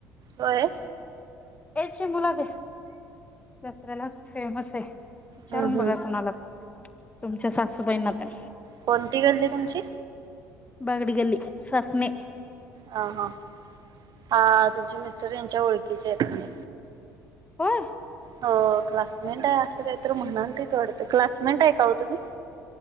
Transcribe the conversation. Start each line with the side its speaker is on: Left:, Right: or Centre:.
Right: होय.
Left: याची मुला दे दसऱ्याला फेमस आहे. विचारून
Right: हम्म
Left: बघा
Right: हम्म
Left: कुणाला तुमच्या सासूबाईंना तेन.
Right: कोणती गल्ली तुमची.
Left: बागडी गल्ली सासने.
Right: अ ह हा तुमचे मिस्टर यांच्या ओळखीचे आहेत.
Left: होय.
Right: हो क्लासमेट आहे असं काहीतरी मनालतीत वाटत क्लासमेट आहे का तुम्ही.